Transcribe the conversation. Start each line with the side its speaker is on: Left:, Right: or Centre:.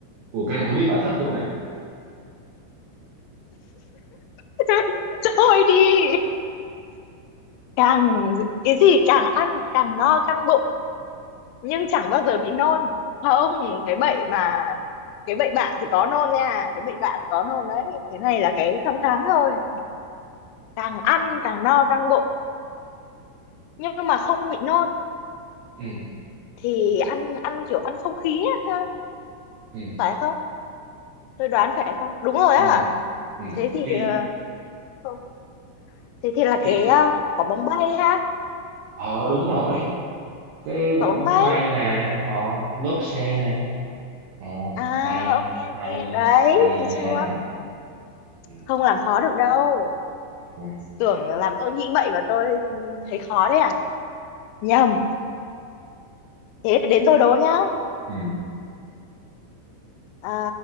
Right: ủa cái này tôi biết bà thích luôn nè
Left: <laughs> thôi đi càng cái gì càng ăn càng no căng bụng nhưng chẳng bao giờ bị nôn không cái bệnh mà cái bệnh bạ thì có nôn nha cái bệnh bạ thì có nôn đấy cái này là cái trong tháng thôi càng ăn càng no căng bụng nhưng mà không bị nôn
Right: ừ
Left: thì ăn ăn kiểu ăn không khí á ha
Right: ừ
Left: phải không tôi đoán phải không đúng rồi
Right: ừ
Left: á hả
Right: ừ
Left: thế thì
Right: cái
Left: ờ, không thế thì là
Right: cái
Left: cái ờ, quả bóng bay ha
Right: ờ đúng rồi cái
Left: quả
Right: quả
Left: bóng
Right: bóng
Left: bay
Right: bay nè ờ lốp xe nè ờ
Left: à
Right: hay
Left: ok ok
Right: hay
Left: đấy
Right: hay
Left: thấy
Right: nha
Left: chưa
Right: ừ
Left: không làm khó được đâu
Right: ừ
Left: tưởng làm tôi nghĩ bậy mà tôi ừ, thấy khó đấy à nhầm thế đến tôi đố nhá
Right: ừ.
Left: à,